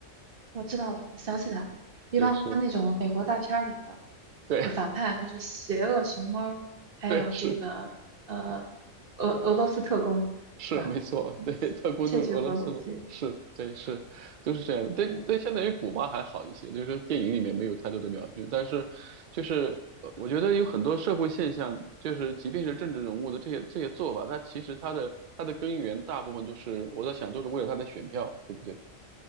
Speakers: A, on the right (about 45°); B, on the right (about 65°).
A: 我知道了，我想起来了，一般那种美国大片儿里的
B: 对，是，对
A: 这个反派都是邪恶熊猫，
B: <laughs>，
A: 还有这个呃俄俄罗斯特工，
B: 对，是。是没错，
A: 是吧？嗯，
B: <laughs> 对，他都是俄罗斯的，
A: 窃取核武器
B: 是，对，是，都是这样的。对，
A: 是，
B: 对，相对于古巴还好一些，就是说电影里面没有太多的描述，但是就是呃我觉得有很多社会现象，就是即便是政治人物的这些这些做法，他其实他的他的根源大部分都是我在想，都是为了他的选票，对不对？